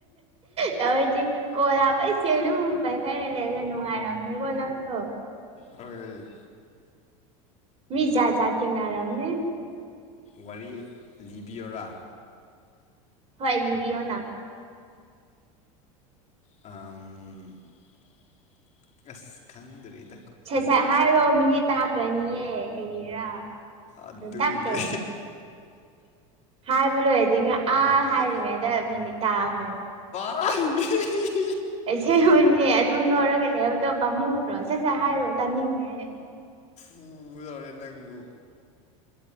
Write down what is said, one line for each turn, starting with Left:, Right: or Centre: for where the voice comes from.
Right: ꯇꯧꯔꯗꯤ ꯀꯣ ꯄꯩꯁꯦ ꯑꯗꯨꯝ ꯄꯥꯏꯈꯔꯦ ꯅꯨꯉꯥꯔꯝꯅꯤ ꯑꯅꯅꯤ ꯀꯣꯂꯗꯣ
Left: ꯍꯣꯏ
Right: ꯃꯤꯖꯥꯖꯥ ꯊꯦꯡ ꯅꯔꯝꯅꯤ
Left: ꯋꯥꯔꯤ ꯂꯤꯕꯤꯌꯔꯥ
Right: ꯍꯣꯏ ꯂꯤꯚꯑꯣꯅ
Left: ꯑ <unintelligible> <inaudible> ꯑꯁ ꯈꯪꯗꯔꯤꯗꯤ
Right: ꯁꯠ ꯁꯠ ꯍꯥꯏꯔꯣ ꯃꯤꯅꯤꯠ ꯇꯥꯈ꯭ꯔꯅꯤꯌꯦ ꯀꯔꯤꯔꯥ
Left: ꯑꯗꯨꯠꯇꯅꯦ
Right: ꯌꯥꯝ ꯇꯞꯄꯦ ꯍꯥꯏꯕ ꯂꯣꯏꯔꯗꯤ ꯑꯥ
Left: ꯑꯩ
Right: ꯍꯥꯏꯔꯤꯉꯩꯗ ꯃꯤꯅꯤꯠ ꯇꯥꯈ꯭ꯔꯅꯤ
Left: ꯑ <unintelligible> <inaudible>
Right: ꯑꯩꯁꯦ ꯍꯨꯅꯦ ꯑꯗꯨ ꯅꯣꯏꯔꯒ ꯂꯩ ꯍꯥꯏꯕꯗꯣ ꯄꯥꯝꯃꯨ ꯎꯔꯣ ꯁꯠ ꯁꯠ ꯍꯥꯏꯔꯣ ꯇꯥꯅꯤꯡꯉꯦ
Left: ꯎꯝ ꯎꯗꯧꯔꯕꯣ